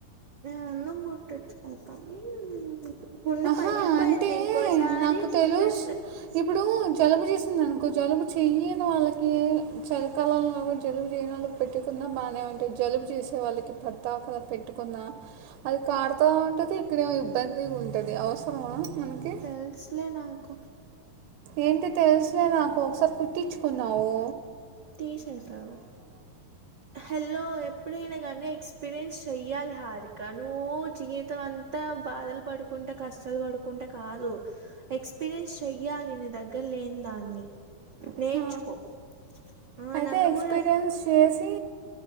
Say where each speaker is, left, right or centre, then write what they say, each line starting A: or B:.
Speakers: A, on the right; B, on the right.
A: నేను కుట్టించుకుంటాం ఈ గుండె
B: ఆహా
A: పగిలిపోయిద్ది
B: అంటే
A: ఇంకోసారి
B: నాకు తెలుసు
A: రెస్
B: ఇప్పుడు జలుబు చేసింది అనుకో, జలుబు చెయని వాళ్ళకి చలికాలంలో కూడా జలుబు చేయని వాళ్ పెట్టుకున్నా బానే ఉంటది జలుబు చేసే వాళ్ళకి పెద్దాక పెట్టుకున్నా అది కార్తా ఉంటది ఇక్కడేమో ఇబ్బందిగుంటది అవసరమా మనకి
A: తెలుసులే నాకు
B: ఏంటి తెలుసులే నాకు ఒకసారి కుుట్టించుకున్నావు
A: తీసేసావ్ హలో ఎప్పుడైనా గానీ ఎక్స్పీరియన్స్ చెయ్యాలి హారిక, నువ్వు జీవితం అంతా బాధలు పడుకుం ట కష్టాలు పడుకుంటే కాదు ఎక్స్ పిరియన్స్ చెయ్యాలి నీ దగ్గర లేని దాన్ని, నేర్చుకో
B: ఆ,
A: ఆ
B: అయితే
A: నన్ను
B: ఎక్స్పీరియన్స్
A: గుడ
B: చేసి